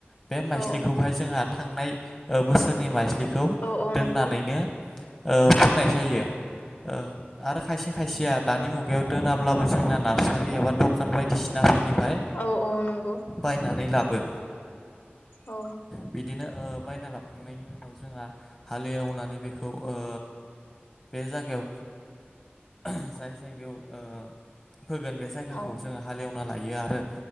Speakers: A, on the left; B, on the left.
A: बे माइस्लिखौहाय
B: औ
A: जोंहा थांनाय ओ बोसोरनै माइस्लिखौ
B: औ
A: दोननानैनो
B: नंगौ
A: ओ फोनाय जायो
B: औ
A: ओ आरो खायसे खायसेया दानि मुगायाव दोना बाबो जोंना नार्सारि एबा दखान बायदिसिनाफोरनिफ्राय
B: औ नंगौ औ औ नंगौ
A: बायनानै लाबो
B: औ
A: बिदिनो ओ बायना लाबोखांनायनि उनाव जोंहा हालेवनानै बेखौ ओ बे जागायाव जाय जायगायाव ओ फोगोन बे जायगाखौ
B: औ
A: जोंङो हालेवना लायो आरो